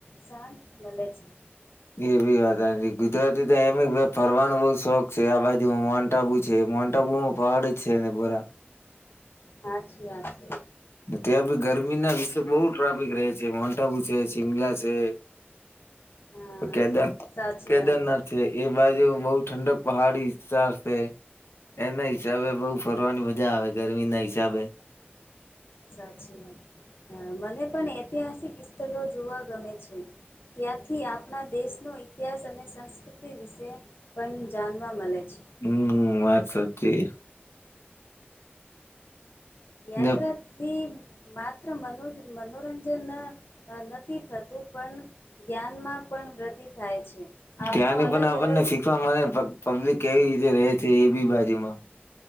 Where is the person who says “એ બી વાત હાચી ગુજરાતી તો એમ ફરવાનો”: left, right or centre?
Left